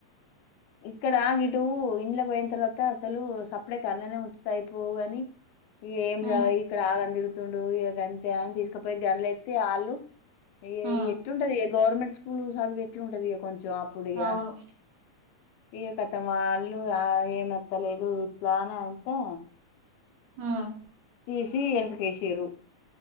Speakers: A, on the left; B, on the right.
A: ఇక్కడ గిటు ఇంలకి పోయిన తర్వాత అసలు సప్పడేక అన్లనే ఉంచుతే అయిపోవు గని. ఈ ఏం
B: హ్మ్
A: జ ఇక్కడ ఆగం తిరు తుండు ఇగ గంతే అని తీసుకుపోయి గంలేత్తే ఆళ్ళు ఈ
B: హ్మ్
A: ఇగ ఎట్లుంటదిగ గవర్నమెంట్ స్కూల్ చదువు ఎట్లుంటదిగ కొంచ్ చం అప్పుడిగ
B: అవును
A: ఇగ కతం వాళ్ళు ఆ ఏం అత్తలేదు ఎట్లా అని అంటె
B: ఉమ్
A: ఈసి వెంకకేశీరు